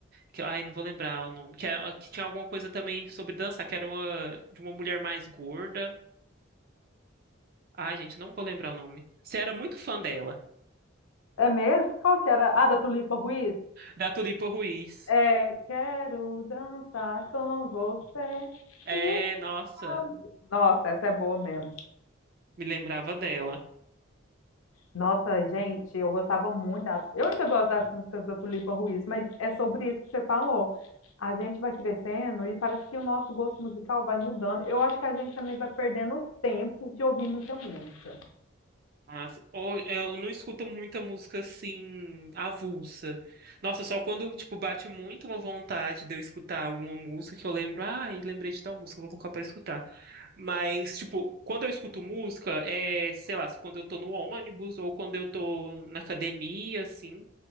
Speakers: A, on the right; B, on the left.
A: que ai, não vou lembrar o nome, que, é- que tinha alguma coisa também sobre dançar, que era uma, de uma mulher mais gorda. Ai, gente, não vou lembrar o nome. Você era muito fã dela,
B: É mesmo? Qual que era? Ah, da Tulipa Ruiz?
A: da Tulipa Ruiz.
B: É, quero dançar com você.
A: É,
B: Isso.
A: nossa.
B: Nossa, essa é boa mesmo.
A: me lembrava dela.
B: Nossa, gente, eu gostava muito das... Eu ainda gosto das músicas da Tulipa Ruiz, mas é sobre isso que você falou. A gente vai crescendo e parece que o nosso gosto musical vai mudando. Eu acho que a gente também vai perdendo tempo de ouvir muita música.
A: Mas ou- eu não escuto muita música assim, avulsa. Nossa, só quando, tipo, bate muito uma vontade de eu escutar alguma música que eu lembro, ai, lembrei de tal música, vou colocar pra escutar. Mas, tipo, quando eu escuto música, é, sei lá, quando eu tô no ônibus ou quando eu tô na academia, assim.